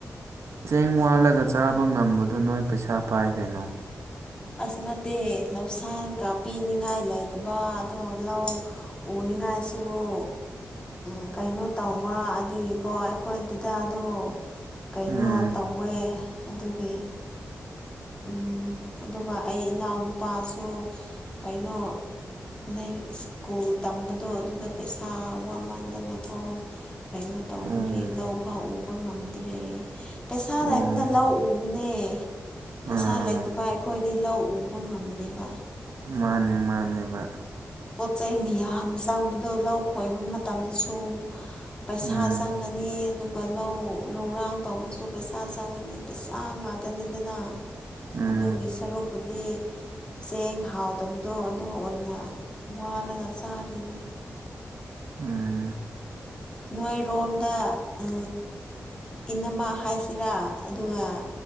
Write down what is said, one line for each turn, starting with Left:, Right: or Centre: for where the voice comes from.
Right: ꯆꯦꯡ ꯋꯥꯜꯂꯒ ꯆꯥꯕ ꯉꯝꯕꯗꯣ ꯅꯣꯏ ꯄꯩꯁꯥ ꯄꯥꯏ ꯀꯩꯅꯣ
Left: ꯑꯁ ꯅꯠꯇꯦ ꯂꯧꯁꯥꯟꯒ ꯄꯤꯅꯤꯡꯉꯥꯏ ꯂꯩꯇꯕ ꯑꯗꯣ ꯂꯧ ꯎꯅꯤꯉꯥꯏꯁꯨꯕꯨ ꯑ ꯀꯩꯅꯣ ꯇꯧꯕ ꯑꯗꯨꯒꯤꯀꯣ ꯑꯩꯈꯣꯏ ꯗꯗꯥꯗꯨ ꯀꯩꯅꯣ
Right: ꯎꯝ
Left: ꯇꯧꯋꯦ ꯑꯗꯨꯒꯤ ꯎ ꯑꯗꯨꯒ ꯑꯩ ꯏꯅꯥꯎꯅꯨꯄꯥꯁꯨ ꯀꯩꯅꯣ ꯂꯥꯏꯔꯤꯛ ꯁ꯭ꯀꯨꯜ ꯇꯝꯕꯗꯣ ꯑꯗꯨꯗ ꯄꯩꯁꯥ ꯋꯥꯃꯟꯗꯅꯀꯣ ꯀꯩꯅꯣ ꯇꯧꯕꯒꯤ
Right: ꯑꯣ
Left: ꯂꯧ ꯐꯥꯎ ꯎꯕ ꯉꯝꯗ꯭ꯔꯦ ꯄꯩꯁꯥ
Right: ꯑꯣ
Left: ꯂꯩꯕꯅ ꯂꯧ ꯎꯕꯅꯦ ꯄꯩꯁꯥ
Right: ꯑꯥ
Left: ꯂꯩꯇꯕ ꯑꯩꯈꯣꯏꯗꯤ ꯂꯧ ꯎꯕ ꯉꯝꯗꯦꯕ
Right: ꯃꯥꯅꯦ ꯃꯥꯅꯦ ꯃꯥꯅꯦ
Left: ꯄꯣꯠ ꯆꯩꯩ ꯃꯌꯥꯝ ꯆꯪꯕꯗꯣ ꯂꯧ ꯈꯣꯏꯕ ꯃꯇꯝꯗꯁꯨ ꯄꯩꯁꯥ
Right: ꯎꯝ
Left: ꯆꯪꯒꯅꯤ ꯑꯗꯨ ꯒ ꯂꯧ ꯂꯧꯔꯥꯡ ꯇꯧꯕꯁꯨ ꯄꯩꯁꯥ ꯆꯪꯉꯅꯤ ꯄꯩꯁꯥ ꯉꯥꯛꯇꯅꯤꯗꯅ
Right: ꯎꯝ
Left: ꯑꯗꯨꯒꯤ ꯁꯔꯨꯛꯄꯨꯗꯤ ꯆꯦꯡ ꯍꯥꯎꯗꯕꯗꯣ ꯑꯗꯨ ꯑꯣꯏꯅ ꯋꯥꯜꯂꯒ ꯆꯥꯔꯤꯅꯤ
Right: ꯎꯝ
Left: ꯅꯣꯏꯔꯣꯝꯗ ꯑ ꯏꯅꯃ ꯍꯥꯏꯁꯤꯔꯥ ꯑꯗꯨꯒ